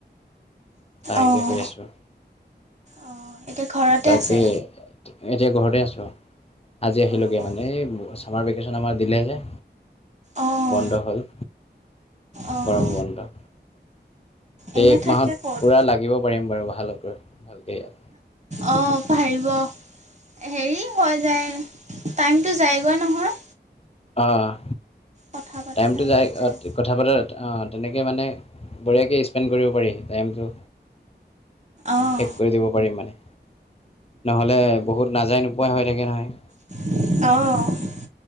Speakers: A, on the left; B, on the right.
A: আ
B: অঁ
A: <unintelligible> শুই আছোঁ।
B: অঁ এতিয়া ঘৰতে
A: তাকে,
B: আছে
A: এতিয়া ঘৰতে আছো। আজি আহিলোগে
B: অঁ
A: মানে, এই চামাৰ ভেকেচন আমাৰ দিলে যে।
B: অঁ
A: বন্ধ হ'ল,
B: অঁ
A: গৰমৰ বন্ধ।
B: এনে
A: এই এক মাহত
B: থাকে ক'ত
A: পুৰা লাগিব পাৰিম বাৰু ভালকৈ। ইয়াত
B: অ', পাৰিব, হেৰি হৈ যায় টাইমটো যায়গৈ নহয়।
A: অ',
B: কথা পতা
A: টাইমটো যাই,
B: যায়
A: কথা পতা অ' তেনেকে মানে, বঢ়িয়াকৈ স্পেণ্ড কৰিব পাৰি টাইমটো।
B: অঁ
A: শেষ কৰি দিব পাৰিম মানে, নহ'লে বহুত নাজায় নোপ ভয় হৈ থাকে নহয়
B: অ'।